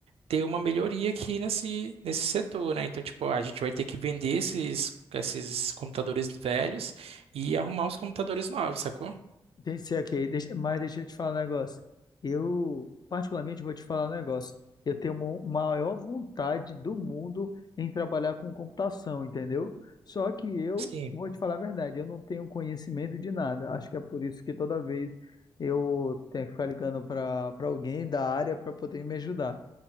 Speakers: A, on the right; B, on the left.
A: ter uma melhoria aqui nesse, nesse setor, né? Então, tipo, a gente vai ter que vender esses, esses computadores velhos e arrumar os computadores novos, sacou?
B: Deixa eu ser aqui, deixa, mas deixa eu te falar um negócio. Eu, particularmente, vou te falar um negócio. Eu tenho uma uma maior vontade do mundo em trabalhar com computação, entendeu? Só que eu,
A: Sim.
B: vou te falar a verdade, eu não tenho conhecimento de nada. Acho que é por isso que toda vez eu tenho que ficar ligando para para alguém da área para poder me ajudar.